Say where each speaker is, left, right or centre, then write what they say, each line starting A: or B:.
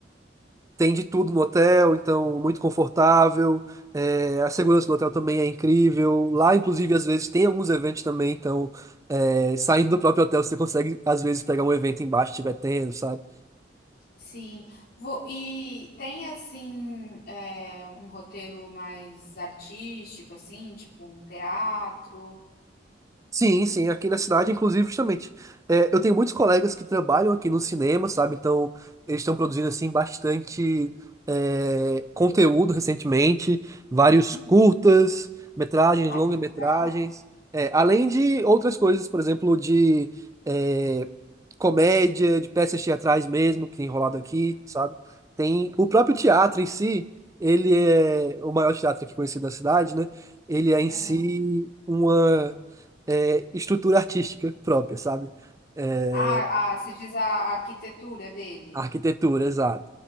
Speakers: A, on the right; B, on the left.
A: tem de tudo no hotel, então muito confortável. é, a segurança do hotel também é incrível. Lá, inclusive, às vezes tem alguns eventos também, então é, saindo do próprio hotel você consegue, às vezes, pegar um evento embaixo, se tiver tendo, sabe?
B: Sim, Vo- e tem assim é, um roteiro mais artístico, assim, tipo um teatro.
A: Sim, sim, aqui na cidade, inclusive, justamente. É, eu tenho muitos colegas que trabalham aqui no cinema, sabe? Então, eles estão produzindo, assim, bastante é, conteúdo recentemente, vários
B: Uhum.
A: curtas, metragens,
B: Ai,
A: longa-metragens,
B: que legal!
A: é, além de outras coisas, por exemplo, de é, comédia, de peças teatrais mesmo, que tem rolado aqui, sabe? Tem o
B: Muito
A: próprio teatro
B: legal.
A: em si, ele é o maior teatro aqui conhecido da cidade, né? Ele é em
B: Aham.
A: si uma é, estrutura artística própria, sabe? É,
B: Ah, ah, você diz a arquitetura dele.
A: arquitetura, exato.